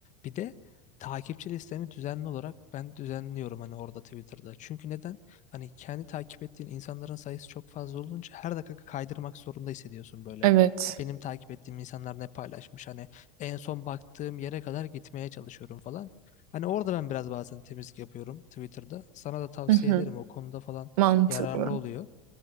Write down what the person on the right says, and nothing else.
Evet.
Hı hı.
Mantıklı.